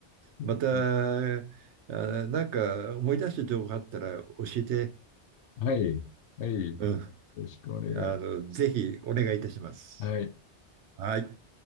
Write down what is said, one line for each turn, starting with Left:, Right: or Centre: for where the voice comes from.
Left: うん
Right: また、あ、なんか思い出した情報あったら教えて、
Left: はい。はい。よ
Right: うん。
Left: ろしくお願い。
Right: あの、ぜひお願いいたします。
Left: はい。
Right: はい。